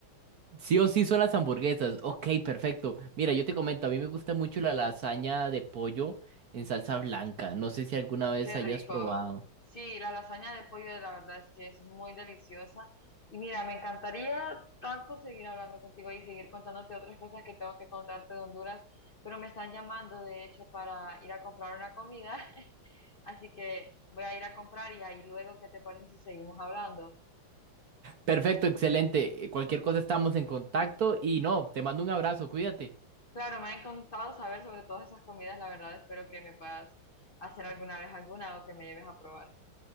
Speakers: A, on the right; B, on the left.
A: Sí o sí son las hamburguesas. Ok, perfecto. Mira, yo te comento, a mí me gusta mucho la lasaña de pollo en salsa blanca. No sé si alguna vez
B: Qué
A: hayas
B: rico.
A: probado.
B: Sí, la lasaña de pollo, la verdad es que es muy deliciosa. Y mira, me encantaría tanto seguir hablando contigo y seguir contándote otras cosas que tengo que contarte de Honduras, pero me están llamando, de hecho, para ir a comprar una comida. <laughs> Así que voy a ir a comprar y ahí luego, ¿qué te parece si seguimos hablando?
A: Perfecto, excelente. Eh, Cualquier cosa estamos en contacto y no, te mando un abrazo, cuídate.
B: Claro, me ha encantado saber sobre todas esas comidas, la verdad, espero que me puedas hacer alguna vez alguna o que me lleves a probar.